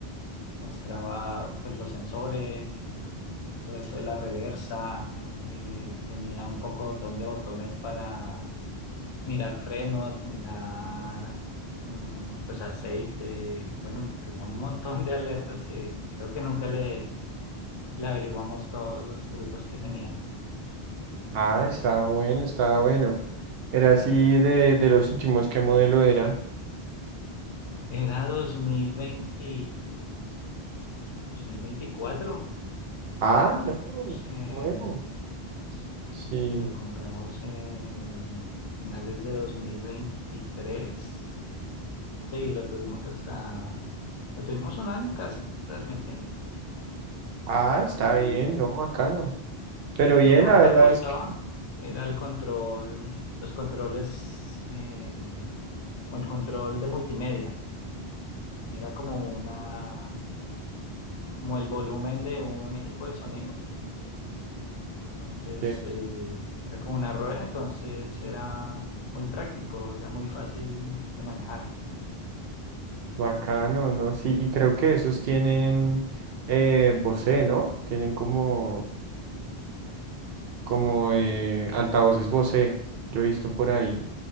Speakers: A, on the left (about 35°); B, on the right (about 70°).
A: mostraba pues los sensores, todo esto de la reversa, eh, tenía un poco botón de botones para mirar frenos, mirar mm, pues aceite, bueno, tenía un montón de <laughs> alertas que creo que nunca le le averiguamos todos los trucos que tenía.
B: Ah, estaba bueno, estaba bueno. Era así
A: Sí.
B: de, de los últimos, ¿qué modelo era?
A: Era 2020, 2024
B: Ah,
A: que lo compramos,
B: no,
A: eh,
B: nuevo. Sí.
A: que lo compramos en finales de dos mil veintitrés Sí, lo tuvimos hasta, lo tuvimos un año casi, realmente.
B: Ah, está
A: Y,
B: bien, no, bacano. Pero
A: y
B: bien,
A: lo que más
B: la verdad
A: nos gustaba
B: es que,
A: era el control, los controles, eh, como el control de multimedia. Era como una como el volumen de un equipo de sonido. Entonces,
B: que
A: eh, era como una rueda, entonces era muy práctico, era muy fácil de manejar.
B: bacano, ¿no? Sí, y creo que esos tienen eh, Bose, ¿no? Tienen como, como eh, altavoces Bose. Yo he visto por ahí.